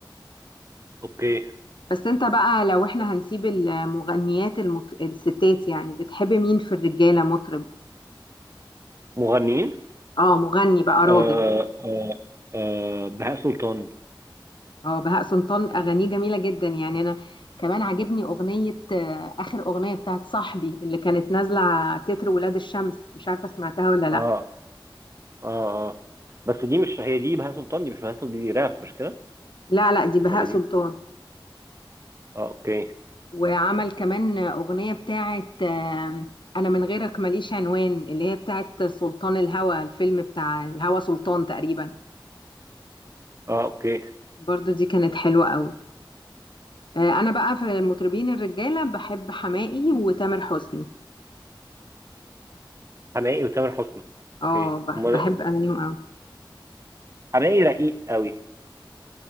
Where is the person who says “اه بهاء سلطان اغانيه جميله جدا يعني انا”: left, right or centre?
Left